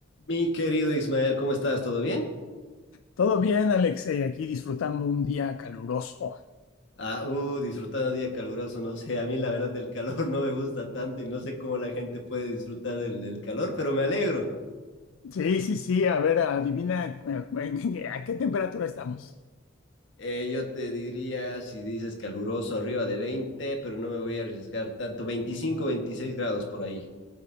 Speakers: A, on the left; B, on the left.
A: Mi querido Ismael, ¿cómo estás? ¿Todo bien?
B: Todo bien, Alex, eh, aquí disfrutando un día caluroso.
A: Ah, uh, disfrutando de día caluroso, no sé, a mí la verdad el calor no me gusta tanto y no sé cómo la gente puede disfrutar del, del calor, pero me alegro.
B: Sí, sí, sí, a ver, adivina eh, <laughs> a qué temperatura estamos.
A: Eh, yo te diría, si dices caluroso, arriba de 20, pero no me voy a arriesgar tanto, Veinticinco, 26 grados por ahí,